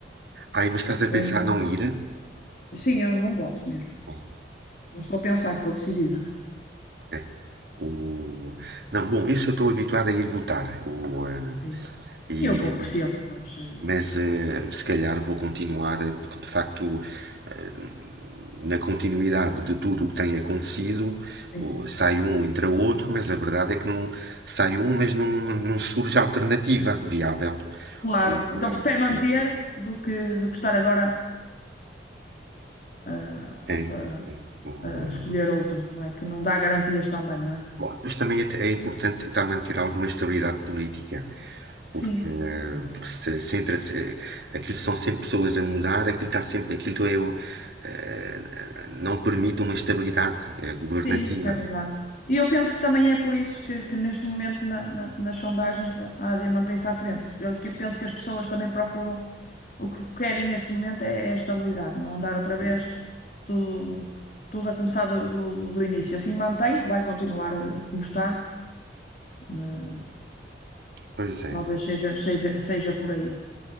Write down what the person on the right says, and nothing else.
Aí, mas estás a
pensar
não ir?
Bom,
é, o... Não, bom, isso eu estou habituado a ir votar. O, eh,
e,
e-
mas eh, se calhar vou continuar, eh, porque de facto, eh, na continuidade de tudo o que tem acontecido,
o- sai um, entra outro, mas a verdade é que não sai um, mas não, não surge alternativa viável.
O,
eh,
o-
é,
é, o,
eh,
bom, depois também é é importante tentar manter alguma estabilidade política.
Porque,
porque se centra-se. Aquilo são sempre pessoas a mudar, aquilo está sempre. Aquilo é, o- eh, não permite uma estabilidade eh, governativa.
né?
Pois
é.